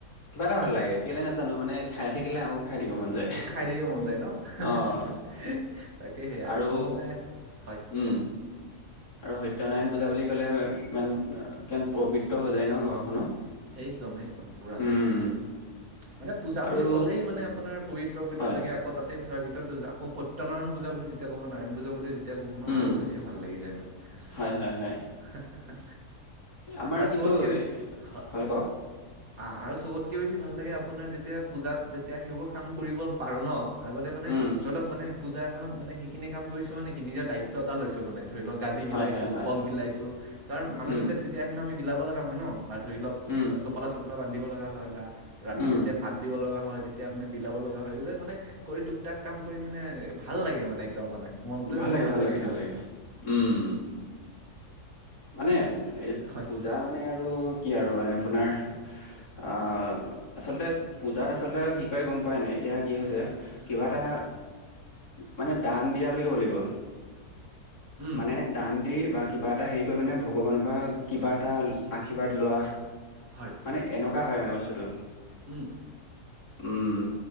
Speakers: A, on the left; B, on the right.
A: কিবা এটা ভাল লাগে কেলে নাজানো মানে খাই থাকিলে আকৌ খাই থাকিব মন যায়।
B: খাই থাকিব মন যায় ন।
A: অ',
B: <inaudible> তাকে সে একদম
A: আৰু
B: মানে হয়
A: উম।
B: ক
A: আৰু সত্যনাৰায়ণ পূজা বুলি ক'লে ইমান কি পবিত্ৰ হৈ যায় ন ঘৰখনো।
B: একদম, একদম পূৰা।
A: উম
B: মানে পূজা
A: আৰু
B: বুলি ক'লেই মানে আপোনাৰ পবিত্ৰ পবিত্ৰ
A: হয়
B: লাগে আকৌ তাতে তাৰ ভিতৰত আকৌ সত্যনাৰায়ণ পূজা বুলি যেতিয়া ক'ব নাৰায়ণ পূজা বুলি এতিয়া ক'ব নো
A: উম
B: আৰু বেছি ভাল লাগি যায় মানে।
A: হয় হয় হয় আমাৰ
B: আৰু
A: কিন্তু
B: চবতকে বেছ হ-
A: হয় কওক।
B: অ আৰু চবতকৈ বেছি ভাল লাগে আপোনাৰ যেতিয়া পূজাত যেতিয়া সেইবোৰ কাম কৰিব পাৰোঁ ন। আগতে মানে
A: উম
B: ধৰি লওক মানে পূজা এখনত মানে সেইখিনি কাম কৰিছো মানে কি নিজৰ দায়িত্ব এটা লৈছো মানে। ধৰি লওক গাজি
A: হয়
B: বিলাইছোঁ,
A: হয় হয়
B: কল বিলাইছোঁ। কাৰণ মানুহবিলাক
A: উম
B: তেতিয়া আহে ন আমি বিলাব লগা হয় ন। বাট- ধৰি লওক
A: উম
B: টোপলা চপলা বান্ধিব লগা হয় বা ৰাতি
A: উম
B: যেতিয়া ভাত দিব লগা হয় তে- তিয়া মানে বিলাব লগা হয়। এইবিলাক মানে কৰি টপ টাক কাম কৰি মানে ভাল লাগে মানে একদম মানে। মনটোৱে
A: ভাল
B: মানে
A: লাগে ভাল
B: লাগি
A: লাগে
B: যায়
A: ভাল
B: মানে
A: লাগে উম। মানে এ
B: হয়
A: পূজা মানে আৰু কি আৰু মানে আপোনাৰ- অ আচলতে পূজাত আচলতে কি কয় গম পায় নাই? এতিয়া কি হৈছে- কিবা
B: হয়
A: এটা মানে দান দিয়া বুলি ক'ব লাগিব।
B: উম
A: মানে- দান দি বা কিবা এটা হেৰি কৰি মানে ভগৱানৰ পৰা কিবা এটা আশীৰ্বাদ লোৱা।
B: হয়।
A: মানে এনেকুৱা হয় মানে বস্তুটো।
B: হম।
A: উম